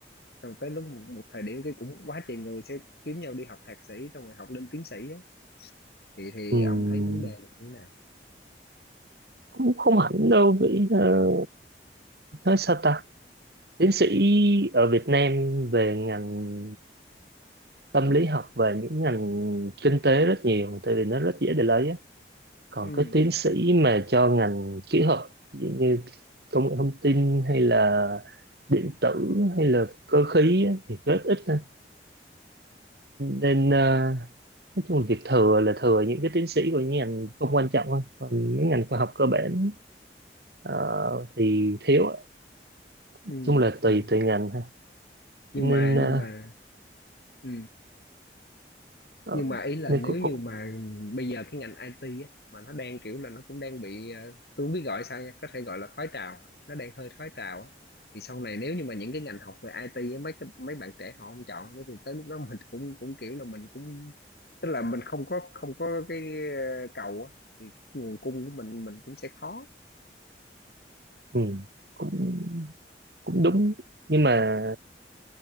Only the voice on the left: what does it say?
rồi tới lúc một, một thời điểm cái cũng quá trời người sẽ kiếm nhau đi học thạc sĩ xong rồi học lên tiến sĩ á thì thì
ông thấy vấn đề là như thế nào
ừ,
ừ,
ừ.
nhưng
mà
nhưng mà ừ.
nhưng mà ý là
nếu
như
mà bây giờ cái ngành IT á, mà nó đang kiểu là nó cũng đang bị ờ, tôi không biết gọi sao nha có thể gọi là khói trào nó đang hơi khói trào á. thì sau này nếu như mà những cái ngành học về IT á, mấy cái, mấy bạn trẻ họ không chọn nữa thì tới lúc đó mình <laughs> cũng cũng kiểu là mình cũng tức là mình không có không có cái ờ, cầu á, thì cái nguồn cung của mình mình cũng sẽ khó